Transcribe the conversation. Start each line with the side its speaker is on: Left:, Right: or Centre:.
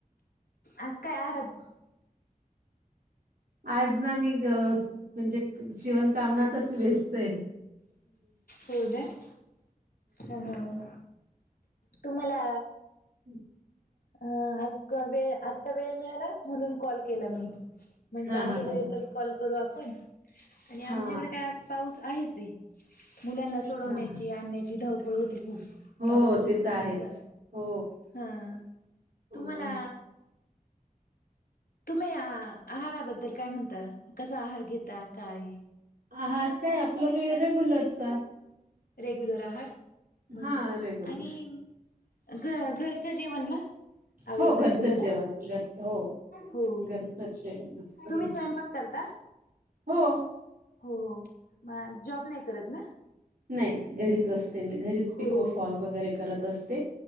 Left: आज काय आहारात?
Right: आज ना, मी गं... म्हणजे शिवणकामनातच व्यस्त ए.
Left: हो नं... हं हं, तुम्हाला?
Right: हम्म.
Left: अं... आज... क... वेळ... आता वेळ मिळाला, म्हणून कॉल केला मी. म्हंटलं
Right: हा
Left: आहे
Right: हा हा
Left: वेळ तर कॉल करू आपण... आणि
Right: हा
Left: आमच्याकडे काय... आज पाऊस आहेच ए. मुलांना सोडवण्याची,
Right: हा हा
Left: आणण्याची, धावपळ होते खूप...
Right: हो
Left: पावसाच्या
Right: ते तर
Left: दिवसात.
Right: आहेच हो
Left: हा.
Right: अं,
Left: तुम्हाला? तुम्ही... आ... आहाराबद्दल काय म्हणता? कसा आहार घेता... काय?
Right: आहार काय आपला... मी रेग्युलरचा
Left: रेग्युलर आहार... बरं
Right: हा रेग्युलर
Left: आणि घ... घरचं जेवण ना? आवडतं
Right: हो... घरचंच
Left: ना तुम्हाला
Right: जेवण, घरचंच हो.
Left: हो...
Right: घरचंच जेवण असत
Left: तुम्ही स्वयंपाक करता?
Right: हो.
Left: हो हो... मग जॉब नाही करत ना?
Right: नाई नाई... घरीच असते मी, घरीच
Left: हो
Right: पिको
Left: हो
Right: फॉल वगैरे, करत असते.